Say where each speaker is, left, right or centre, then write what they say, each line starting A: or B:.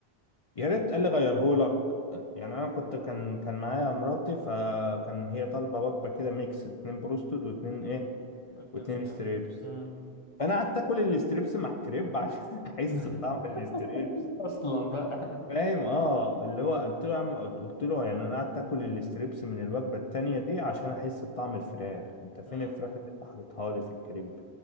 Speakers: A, on the left (about 45°); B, on the left (about 30°).
A: يا ريت قال لي غيرهولك يعني انا كنت كان كان معايا مراتي فكان هي طالبة وجبة كده ميكس اتنين بروستد واتنين ايه
B: لكن
A: واتنين ستريبس
B: مم.
A: فانا قعدت اكل الستريبس مع الكريب عشان <laughs> احس
B: <laughs>
A: بطعم الستريبس
B: اصلا بقى
A: فاهم اه اللي هو قلت له يا عم قلت قلت له يعني انا قعدت اكل الستريبس من الوجبه التانيه دي عشان احس بطعم الفراخ انت فين
B: مم.
A: الفراخ اللي انت حاططها لي في الكريب